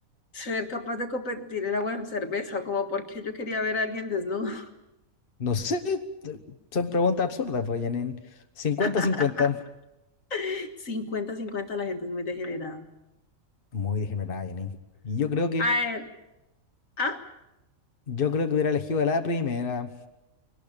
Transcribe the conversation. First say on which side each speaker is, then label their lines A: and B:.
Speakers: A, on the left; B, on the left.
A: ser capaz de competir el agua en cerveza, como porque yo quería ver a alguien desnudo.
B: No sé, t- son preguntas absurdas, pues, Janine. cincuenta
A: <laughs>
B: cincuenta
A: cincuenta cincuenta la gente es muy degenerada.
B: Muy discriminada, Janine. Y yo creo que,
A: A ver, ¿ah?
B: yo creo que hubiera elegido la primera.